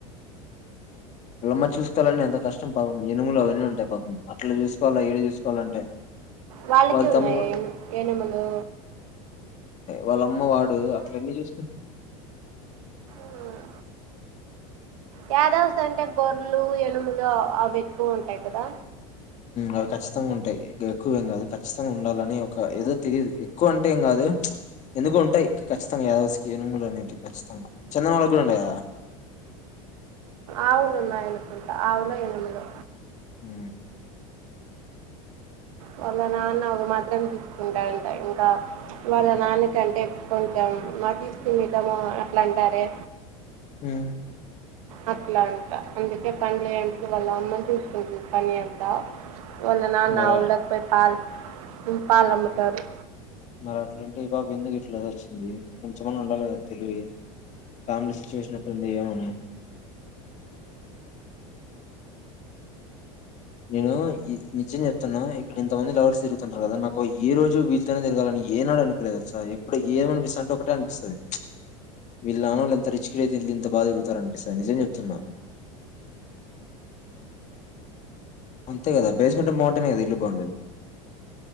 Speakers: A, on the left; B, on the right.
A: ల్లమ్మ చూసుకోవాలంటే ఎంత కష్టం పాపం ఎనుములు అవన్నీ ఉంటాయి పాపం అట్ల చూసుకోవాలి ఈడ చూసుకోవాలంటే
B: వాళ్ళకె
A: వాళ్ళ
B: ఉన్నాయి
A: తమ్ముడు
B: ఏనుము ఏనములు
A: వళం అమ్మ వాడు అట్లన్నీ చూసుకు
B: ఉమ్, యాదవ్స్ అంటే గొర్లు ఎనుములు అవి ఎక్కువ ఉంటయ్ కదా
A: అవి ఖచ్చితంగా ఉంటాయి. ఎక్కువేం కాదు ఖచ్చితంగా ఉండాలని ఒక ఏదో తెలియదు ఎక్కువంటే ఏం కాదు ఎందుకు ఉంటాయి. ఖచ్చితంగా యాదవ్స్ కి ఎనుములు అనేవి ఖచ్చితంగా చందన వాళ్ళకి కూడా ఉన్నాయ
B: ఆవులున్నాయి అనుకుంటా ఆవులో ఎనుములో
A: ఉ
B: వాళ్ళ నాన్న అవి మాత్రం చూసుకుంటాడంట ఇంకా వాళ్ళ నాన్న కంటే కొంచెం మతిస్థిమితము అట్లా అంటారే
A: హ్మ్
B: అట్లాంటా అందుకే పని లేనపుడు వళ్ళమ్మ చూస్కూంటుంది పనియంతా వాళ్ళ నాన్న
A: మర
B: ఆవుళ్ళోకి పోయి పాల్ హ్మ్ పాలు అమ్ముతారు
A: మరి అట్లుంటే ఈ పాప ఎందుకు ఇట్లా చచ్చింది కొంచెమన్నా ఉండాలి కదా తెలివి ఫ్యామిలీ సిచ్యువేషన్ ఎట్లుంది ఏమని నేను గీ నిజం చెప్తున్నా ఇక్కడ ఇంతమంది లవర్స్ తిరుతుంటారు కదా నాకు ఏ రోజు వీళ్ళతోనే తిరగాలని ఏనాడు అనిపియ్యలే తెల్సా ఎప్పుడు ఏం అనిపిస్తాంటే ఒకటే అనిపిస్తుంది వీళ్ళ నాన్నఒళ్లు ఎంత రిచ్కిడ్ అయితే వీళ్ళు ఇంత బాగా తిరుగుతారు అనిపిస్తది నిజం చెప్తున్నా అంతే కదా బేస్మెంటం బాగుంటేనే కదా ఇల్లు బాగుండేది